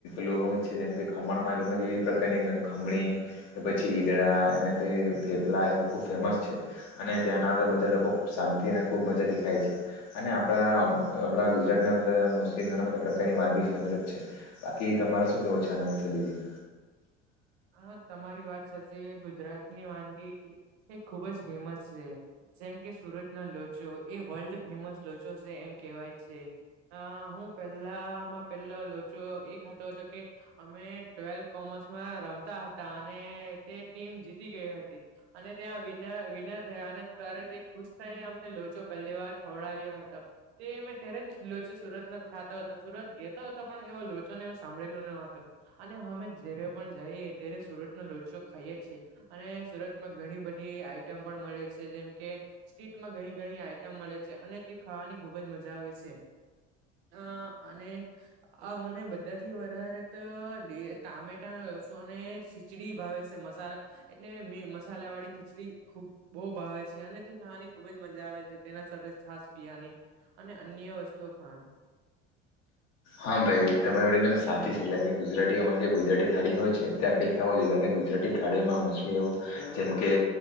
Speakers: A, on the left; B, on the right.
A: લોચો હોય છે. જેમકે ખમણમાં એ લોકોને વિવિધ પ્રકારની સેવખમણી. કે પછી ઈદડા એ પછી થેપલા એવું ખુબ ફેમસ છે. અને ત્યાંના બધા લોકો ખૂબ શાંતિ અને ખૂબ મજા દેખાય છે. અને આપણા આપણા ગુજરાત ના બધા મોસલી ઘણા બધા પ્રકારની વાનગી ફેમસ જ છે. બાકી તમારે શું કેવો છે. આના વિશે બીજી
B: હા તમારી વાત સાચી ગુજરાતની વાનગીની એ ખુબ જ ફેમસ છે. જેમ કે સુરત ના લોચો એ વર્લ્ડ ફેમસ લોચો છે. એમ કેહેવાય છે. હા હું પેલામાં પેલો લોચો એ ખાતો હતો કે અમે ટ્વેલ્થ કોમર્સમાં રમત હતા અને તે ટીમ જીતી ગઈ હતી અને ત્યાં વિ વિનર થયા અને ખુશ થઈ ને અમને લોચો પહેલી વાર ખવડાવ્યા હતો તે અમે ઘરે જ લોચો સુરત ખાતા હતો સુરત ગયો હતો પણ એવો લોચો ને એવું સાંભળેલું ન હતું અને અમે જ્યારે પણ જઈએ ત્યારે સુરતના લોચો ખાઈએ છીએ અને સુરતમાં ઘણી બધી આઈટમ પણ મળે છે, જેમ કે સ્ટ્રૅટ માં ઘણી ઘણી આઈટમ મળે છે. અને તે ખાવાની ખુબ જ મજા આવે છે. અ અને આ મને બધાથી વધારે તો ટામેટા લસુણ ખીચડી ભાવે છે. મસાલા એટલે મે મસાલા વાળી ખીચડી ખૂબ બહુ ભાવે છે અને તી ખાવાની ખુબ જ મજા આવે છે. તેના સાથે છાસ પિયાની અને અન્ય વસ્તુઓ ખાવાની
A: હા ભાઈ તમારી વાત એકદમ સાચી છે એટલે કે ગુજરાતીઓમાં જે ગુજરાતી થાળી હોય છે તે આપડી ખાવી જોઈએ કારણ કે ગુજરાતી થાળીઓમાં મોસ્લી એવું જેમકે